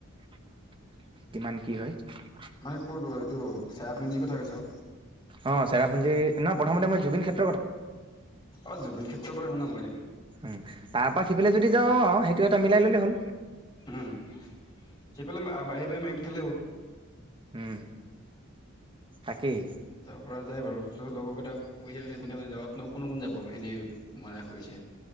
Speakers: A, on the right; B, on the left.
A: কিমান কি হয়।
B: মানে কোনটো এইটো ছেৰাপুঞ্জি কথা কৈছ।
A: অ' চেৰাপুঞ্জি ন প্ৰথমতেই জুবিন খেত
B: অ' জুবিন ক্ষেত্ৰত বাৰু ইমান নালাগে।
A: উম, তাৰ পৰা সিপিনে যদি যাওঁ আৰু সেইটো এটা মিলাই ল'লে হ'ল।
B: উম। সেইফালে <unintelligible> মাৰি পঠালে হ'ল।
A: উম। তাকেই
B: তাৰ পৰা যায় বাৰু তই লগৰকেইটাক কৈ থবিচোন কোনে কোনে যাব ন কোন-কোন যাব এনেই। মনা কৰিছে।